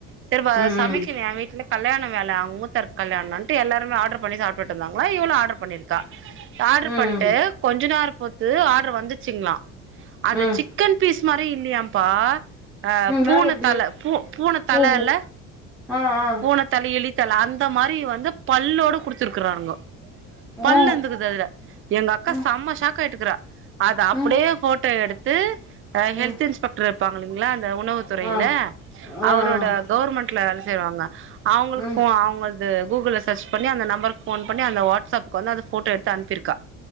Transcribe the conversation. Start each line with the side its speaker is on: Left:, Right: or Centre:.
Right: சரி வ
Centre: ம் ம்
Right: சமைக்கலயா எ வீட்ல கல்யாண வேல அவுங்க மூத்தாருக்கு கல்யாணோன்ட்டு எல்லாருமே ஆர்டர் பண்ணி சாப்பிட்டு இருந்தங்ளா இவளு ஆர்டர் பண்ணிருக் கா ஆர்டர்
Centre: ம்
Right: பண்ட்டு கொஞ்சோ நேரோ பொறுத்து ஆர்டர் வந்துச்சுங்ளா அத
Centre: ம்
Right: சிக்கன் பீஸ் மாரியே இல்லியாம்ப்பா அ பூன
Centre: வேற எப்டி
Right: தல பூ பூன தல
Centre: ஓ
Right: இல்ல
Centre: ஆ ஆ
Right: பூன தல எலித்தல அந்த மாரி வந்து பல்லோடு குடுத்துருக்குறானுங்கோ பல்லு
Centre: ஓ
Right: இருந்துக்குது அதுல எங்க அக்கா
Centre: ம்
Right: செம்ம ஷாக்கய்ட்டுக்குறா அத அப்டியே
Centre: ம்
Right: ஃபோட்டோ எடுத்து அ ஹெல்த்
Centre: ம்
Right: இன்ஸ்பெக்டர் இருப்பாங்க இல்லிங்ளா அந்த உணவு துறைல
Centre: ஆ
Right: அவரோட
Centre: ஆ
Right: கவர்மெண்ட்ல வேல செய்வாங்க அவுங்களுக்கு
Centre: ம் ம்
Right: ஃபோ அவுங்க அது கூகுள்ல சர்ச் பண்ணி அந்த நம்பருக்கு ஃபோன் பண்ணி அந்த வாட்ஸ் அப்புக்கு வந்து அது ஃபோட்டோ எடுத்து அனுப்பிருக்கா